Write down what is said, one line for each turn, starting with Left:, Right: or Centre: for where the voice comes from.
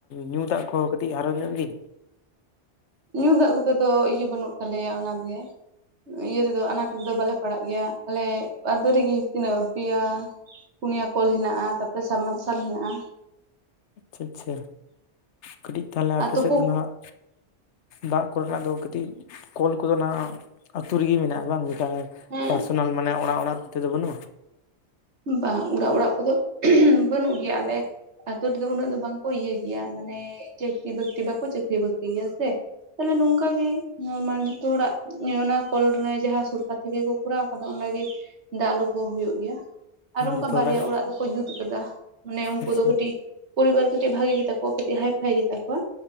Left: ᱧᱩ ᱫᱟᱜ ᱠᱚᱦᱚᱸ ᱠᱟᱹᱴᱤᱡ ᱦᱟᱨᱚᱱ ᱧᱚᱜ ᱜᱮ
Right: ᱧᱩ ᱫᱟᱜ ᱠᱚᱛᱮ ᱫᱚ ᱤᱭᱟᱹ ᱵᱟᱹᱱᱩᱜ ᱛᱟᱞᱮᱭᱟ ᱚᱱᱟᱜᱮ᱾ ᱤᱭᱟᱹ ᱨᱮᱫᱚ ᱟᱱᱟᱴ ᱨᱮᱫᱚ ᱵᱟᱞᱮ ᱯᱟᱲᱟᱜ ᱜᱮᱭᱟ ᱟᱞᱮ ᱟᱛᱚ ᱨᱮᱜᱮ ᱛᱤᱱᱟᱹᱜ ᱯᱮᱭᱟ ᱯᱩᱱᱭᱟ ᱠᱚᱞ ᱦᱮᱱᱟᱜᱼᱟ ᱛᱟᱯᱚᱨᱮ ᱥᱟᱵᱽᱢᱟᱨᱥᱟᱞ ᱦᱮᱱᱟᱜᱼᱟ᱾
Left: ᱟᱪᱪᱷᱟ ᱟᱪᱪᱷᱟ ᱠᱟᱹᱴᱤᱡ ᱛᱟᱦᱚᱞᱮ ᱟᱯᱮ
Right: ᱟᱨ ᱛᱩᱯᱩ
Left: ᱥᱮᱫ ᱫᱚ ᱱᱟᱦᱱᱟᱜ᱾ ᱫᱟᱜ ᱠᱚᱨᱮᱱᱟᱜ ᱫᱚ ᱠᱟᱹᱴᱤᱡ ᱠᱚᱞ ᱠᱚᱫᱚ ᱱᱟᱦᱟᱜ ᱟᱹᱛᱩ ᱨᱮᱜᱮ ᱢᱮᱱᱟᱜᱼᱟ ᱵᱟᱝ᱾ <unintelligible>
Right: ᱦᱮᱸ
Left: ᱯᱟᱨᱥᱚᱱᱟᱞ ᱢᱟᱱᱮ ᱚᱲᱟᱜ ᱚᱲᱟᱜ ᱠᱚᱛᱮᱫ ᱫᱚ ᱵᱟᱹᱱᱩᱜᱼᱟ?
Right: ᱵᱟᱝ ᱚᱲᱟᱜ ᱚᱲᱟᱜ ᱠᱚᱫᱚ <unintelligible> ᱵᱟᱹᱱᱩᱜ ᱜᱮᱭᱟ ᱟᱞᱮ ᱟᱛᱚ ᱨᱮᱫᱚ ᱩᱱᱟᱹᱜ ᱫᱚ ᱵᱟᱝᱠᱚ ᱤᱭᱟᱹᱭ ᱜᱮᱭᱟ ᱢᱟᱱᱮ ᱪᱟᱹᱠᱨᱤ ᱵᱟᱹᱠᱨᱤ ᱵᱟᱠᱚ ᱪᱟᱹᱠᱨᱤ ᱵᱟᱹᱠᱨᱤ ᱜᱮᱭᱟ ᱥᱮ ᱛᱟᱦᱞᱮ ᱱᱚᱝᱠᱟ ᱜᱮ <unintelligible> ᱡᱚᱛᱚ ᱦᱚᱲᱟᱜ ᱚᱱᱟ ᱠᱚᱞᱨᱮ ᱡᱟᱦᱟᱸ ᱥᱚᱨᱩᱨᱠᱟᱨ ᱛᱷᱮᱠᱮ ᱠᱚ ᱠᱚᱨᱟᱣ ᱟᱠᱟᱫᱟ ᱚᱸᱰᱮ ᱜᱮ ᱫᱟᱜ ᱞᱳ ᱠᱚ ᱦᱩᱭᱩᱜ ᱜᱮᱭᱟ ᱟᱨ ᱚᱱᱠᱟ
Left: ᱡᱚᱛᱚ
Right: ᱵᱟᱨᱭᱟ
Left: ᱦᱚᱲᱟᱜ
Right: ᱚᱲᱟᱜ ᱫᱚᱠᱚ ᱡᱩᱛ ᱠᱟᱫᱟ ᱢᱟᱱᱮ ᱩᱱᱠᱩ
Left: ᱟᱪᱪᱷᱟ
Right: ᱫᱚ ᱠᱟᱹᱴᱤᱡ ᱯᱚᱨᱤᱵᱟᱨ ᱠᱟᱹᱴᱤᱡ ᱵᱷᱟᱜᱤ ᱜᱮ ᱛᱟᱠᱚᱣᱟ ᱠᱟᱹᱴᱤᱡ ᱦᱟᱭᱯᱷᱟᱭ ᱜᱮ ᱛᱟᱠᱚᱣᱟ